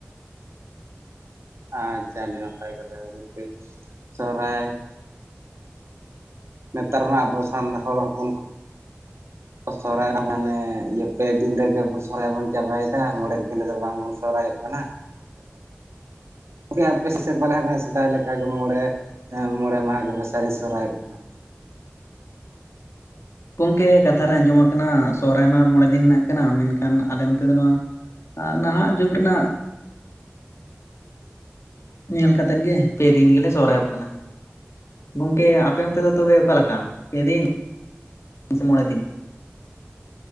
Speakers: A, on the right; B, on the left.
A: ᱟᱪᱪᱷᱟᱸ ᱟᱹᱰᱤ ᱱᱟᱯᱟᱭ ᱠᱟᱛᱷᱟ ᱜᱚᱝᱠᱮ ᱥᱚᱨᱚᱨᱟᱭ ᱱᱮᱛᱟᱨ ᱢᱟ ᱟᱵᱚ ᱥᱟᱱᱛᱟᱲ ᱦᱚᱲ ᱦᱚᱯᱚᱱ ᱠᱚ ᱥᱚᱨᱦᱟᱭ ᱢᱟᱱᱮ ᱤᱭᱟᱹ ᱯᱮ ᱫᱤᱱ ᱨᱮᱜᱮ ᱥᱚᱨᱦᱟᱭ ᱵᱚᱱ ᱪᱟᱵᱟᱭᱮᱫᱟ ᱢᱚᱬᱮ ᱫᱤᱱ ᱨᱮ ᱵᱟᱝ ᱵᱚᱱ ᱥᱚᱨᱦᱟᱭᱚᱜ ᱠᱟᱱᱟ <unintelligible> ᱟᱯᱮ ᱥᱮᱫ ᱥᱮᱫᱟᱭ ᱞᱮᱠᱟᱜᱮ ᱢᱚᱬᱮ ᱦᱮᱸ ᱢᱚᱬᱮ ᱢᱟᱦᱟ ᱜᱮᱯᱮ ᱥᱟᱨᱤ ᱥᱚᱨᱦᱚᱨᱟᱭᱚᱜ ᱠᱟᱱᱟ᱾
B: ᱜᱚᱢᱠᱮ ᱠᱟᱛᱷᱟ ᱨᱮ ᱟᱸᱡᱚᱢ ᱟᱠᱟᱱᱟ ᱥᱚᱨᱦᱟᱭ ᱢᱟ ᱢᱚᱬᱮ ᱫᱤᱱ ᱨᱮᱱᱟᱜ ᱠᱟᱱᱟ ᱢᱮᱱᱠᱷᱟᱱ ᱟᱞᱮ ᱚᱱᱛᱮ ᱫᱚ ᱱᱚᱣᱟ ᱱᱟᱦᱟᱸᱜ ᱡᱩᱜᱽ ᱨᱮᱱᱟᱜ ᱧᱮᱞ ᱠᱟᱛᱮᱫ ᱜᱮ ᱯᱮ ᱫᱤᱱ ᱜᱮᱞᱮ ᱥᱚᱦᱚᱨᱟᱭᱚᱜ ᱠᱟᱱᱟ᱾ ᱜᱚᱝᱠᱮ ᱟᱯᱮ ᱚᱱᱛᱮᱫ ᱫᱚ ᱛᱚᱵᱮ ᱚᱠᱟ ᱞᱮᱠᱟ ᱯᱮ ᱫᱤᱱ? ᱥᱮ ᱢᱚᱬᱮ ᱫᱤᱱ